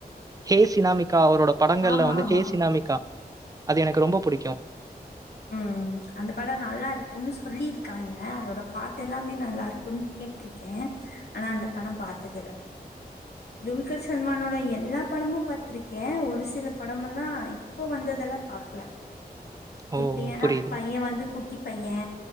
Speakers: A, on the right (about 20°); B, on the left (about 75°).
A: ஹே சினாமிக்கா அவரோட படங்கள்ல
B: ஆமா
A: வந்து
B: ஆமா
A: ஹே சினாமிக்கா
B: ஆமா
A: அது எனக்கு ரொம்ப புடிக்கு
B: ம் அந்த படோ நல்லா இருக்கும்ன்னு சொல்லியிருக்காங்க அதோட பாட்டு எல்லாமே நல்லா இருக்கும்ன்னு கேட்ருக்கே னு ஆனா அந்த படோ பாத்ததில்ல துல்கர் சல்மானோட எல்லா படமும் பாத்திருக்கே ஒரு சில படம் எல்லா இப்போ வந்ததெல்லா பார்க்கல
A: ஓ!
B: இப்ப ஏனா
A: புரியுது.
B: பைய வந்து குட்டி பையே